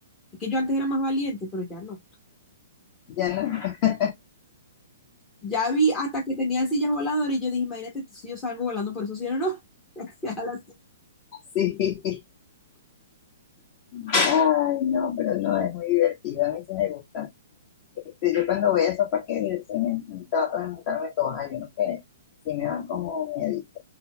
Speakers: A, on the left (about 20°); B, on the left (about 35°).
A: Es que yo antes era más valiente, pero ya no.
B: Ya no, <laughs>
A: Ya vi hasta que tenía sillas voladoras y yo dije, imagínate tú si yo salgo volando por esos cielos, no. no. <laughs> Gracias a las-
B: sí. Ay, no, pero no, es muy divertido, a mí sí me gusta. Este, yo cuando voy a esos parques de diversiones trato de montarme todas, hay unos que sí me dan como miedo